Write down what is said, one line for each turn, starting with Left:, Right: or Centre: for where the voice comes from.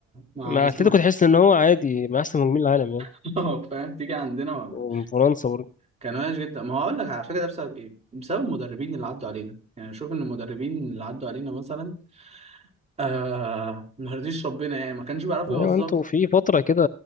Right: مع
Left: مع
Right: اسمها
Left: اتلتيكو تحس ان هو عادي مع احسن مهاجمين العالم يعني
Right: <laughs> فاهم تيجي عندنا ما-
Left: ومن فرنسا برضه
Right: كان وحش جدا ما هو هقول لك على فكره ده بسبب ايه بسبب المدربين اللي عدوا علينا يعني شوف ان المدربين اللي عدوا علينا مثلا آه ما رضيش ربنا يعني ما كانش بيعرفوا
Left: ايوه
Right: يوظفوا
Left: انتوا في فتره كده